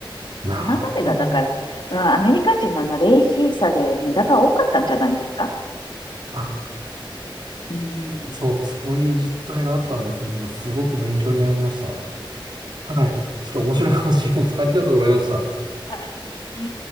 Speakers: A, on the right; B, on the left.
A: なるほど。
B: 今までがだから、うん、アメリカ人のあの、レイシーさで無駄が多かったんじゃないんですか
A: <laughs>
B: うん。
A: そう、そういう実態があったんですね。すごく勉強になりました。はい。ちょっと面白い話、本当ありがとうございました。
B: <laughs> え